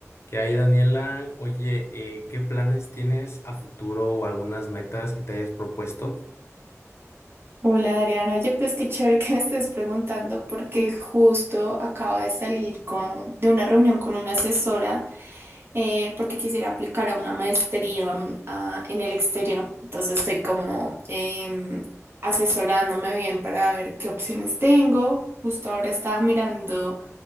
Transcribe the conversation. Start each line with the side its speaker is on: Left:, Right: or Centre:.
Left: ¿Qué hay, Daniela? Oye, eh, ¿qué planes tienes a futuro o algunas metas que te hayas propuesto?
Right: Hola Adriana, oye, pues qué chévere que me estés preguntando porque justo acaba de salir con, de una reunión con una asesora eh, porque quisiera aplicar a una maestría mm, a- en el exterior. Entonces estoy como em, asesorándome bien para ver qué opciones tengo. Justo ahora estaba mirando,